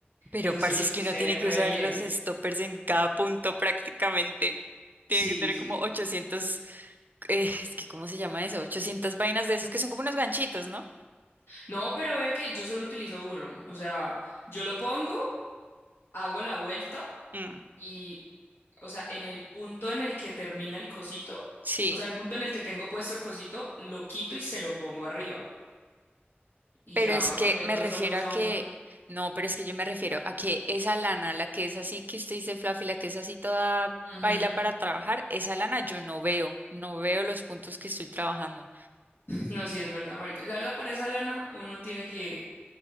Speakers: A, on the right (about 50°); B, on the left (about 80°).
A: Pero
B: eso
A: parce,
B: sí los
A: es que
B: usé
A: uno tiene
B: re
A: que usar
B: bien.
A: los stoppers en cada punto prácticamente. Tiene
B: Sí,
A: que tener
B: sí.
A: como 800, eh, es que ¿cómo se llama eso? 800 vainas de esas que son como unos ganchitos, ¿no?
B: No, pero vea que yo solo utilizo uno. O sea, yo lo pongo, hago la vuelta.
A: Mm,
B: y o sea, en el punto en el que termina el cosito,
A: sí.
B: o sea, en el punto en el que tengo puesto el cosito, lo quito y se lo pongo arriba. Y
A: Pero
B: ya
A: es que
B: con eso
A: me refiero
B: solo usa
A: a que,
B: uno.
A: no, pero es que yo me refiero a que esa lana, la que es así que usted dice fluffy, la que es así toda
B: Ujú.
A: paila para trabajar, esa lana yo no veo, no veo los puntos que estoy trabajando.
B: No, sí es verdad, marica. La verdad, para esa lana uno tiene que